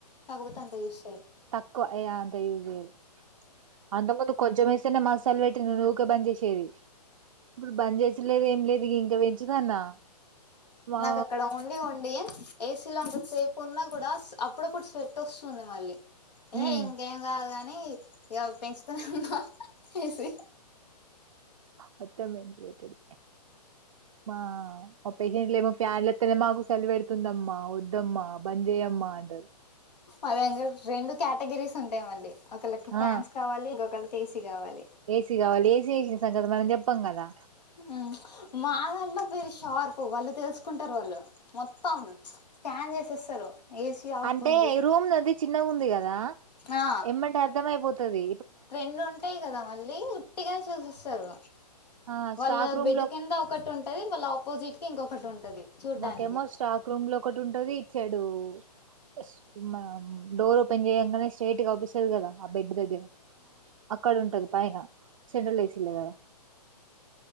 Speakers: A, on the left; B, on the right.
A: కాకపోతే అంత యూజ్
B: తక్కువ ఇగ అంత యూజ్ చెయరు అంతకు ముందు కొంచెం వేస్తేనే మసల్ పెట్టి ఊకే బన్ చేసేది ఇప్పుడు బంద్ చేసుడులేదు ఏం లేదు ఇంకా పెంచుదన్నా మా
A: నాకు అక్కడ ఉండి ఉండి ఏసీ లో అంత సేపు ఉన్నా కూడా అప్పుడప్పుడు స్వెట్ వస్తుంది మళ్ళీ
B: హ్మ్
A: ఏ ఇంకేం కాద ని ఇగ పెంచుతూనే ఉన్నా ఏసి
B: మొత్తం పెంచి పెట్టుడు మా మా పేషెంట్లు ఏమో ఫ్యాన్లు ఎతేనే మాకు చలి పెడుతుందమ్మా వద్దమ్మా బంద్ చేయమ్మా అ
A: అదె అన్నాడు రెండు కేటగిరీస్ ఉంటాయి మళ్ళీ ఒకళ్ళకు ఫ్యాన్స్
B: ఆ
A: కావాలి ఇంకొ ఒకళ్ళకి ఏసీ కావాలి
B: ఏసీ కావాలి ఏసీ వేసిన సంగతి మనం చెప్పాం కదా
A: ఉమ్ మా దాంట్లో పేరు షార్ప్ వాళ్ళు తెలుసుకుంటారు వాళ్ళు మొత్తం స్కాన్ చేసేస్తారు ఏసీ ఆఫ్
B: అంటే
A: ఉంది
B: రూమ్ నాది చిన్నగా ఉంది కదా
A: ఆ
B: ఏమ్మంటే అర్థమయిపోతుది
A: రెండు ఉంటాయి కదా మళ్ళీ ఉట్టిగానే చూసిస్తారు
B: ఆ
A: వాళ్ళ
B: స్టాక్ రూమ్
A: బెడ్
B: లో
A: కింద ఒకటి ఉంటది వాళ్ళ ఆపోజిట్ కి ఇంకొకటి ఉంటది చూడ్డానికి
B: మాకేమో స్ట్రాక్ రూమ్ లో ఒకటి ఉంటది ఇచ్చాడు ఫస్ట్ మనం డోర్ ఓపెన్ చేయంగానే స్ట్రెయిట్ అపిస్తది కదా ఆ బెడ్ దగ్గర అక్కడ ఉంటది పైన సెంట్రల్ ఎసి లే కదా